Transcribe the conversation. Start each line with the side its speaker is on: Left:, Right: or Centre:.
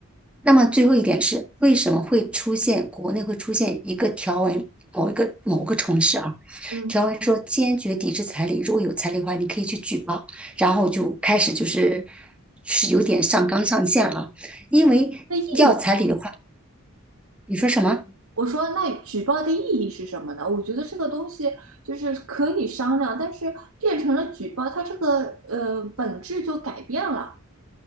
Centre: 那么最后一点是，为什么会出现国内会出现一个条文，某一个某个城市啊？
Right: 嗯
Centre: 条文说坚决抵制彩礼，如果有彩礼的话，你可以去举报。然后就开始就是是有点上纲上线了啊，因为要彩礼的话，
Right: 那意义，
Centre: 你说什么？
Right: 我说那举报的意义是什么呢？我觉得这个东西就是可以商量，但是变成了举报，它这个呃本质就改变了。